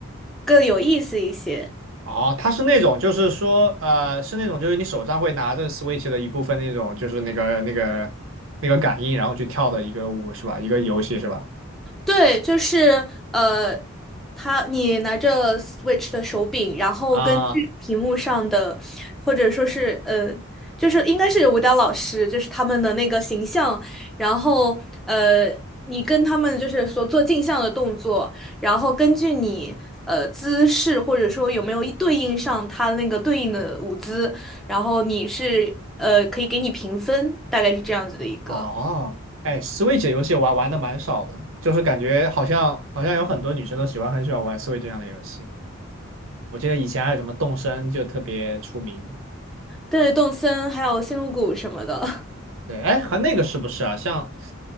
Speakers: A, in the centre; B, on the right.
A: 更有意思一些。
B: 哦，它是那种，就是说，呃，是那种，就是你手上会拿着 Switch 的一部分那种，就是那个那个那个感应，然后去跳的一个舞是吧？一个游戏是吧？
A: 对，就是呃，他你拿着 Switch 的手柄，然后根据屏幕上的，
B: 啊。
A: 或者说是呃，就是应该是舞蹈老师，就是他们的那个形象，然后呃，你跟他们就是所做镜像的动作，然后根据你呃姿势或者说有没有对应上他那个对应的舞姿，然后你是呃可以给你评分，大概是这样子的一个。
B: 哦，哎，Switch 游戏我玩玩的蛮少的，就是感觉好像好像有很多女生都喜欢很喜欢玩 Switch 上的游戏。我记得以前还有什么动森就特别出名。
A: 对，动森还有星露谷什么的，
B: 对，哎，和那个是不是啊？像，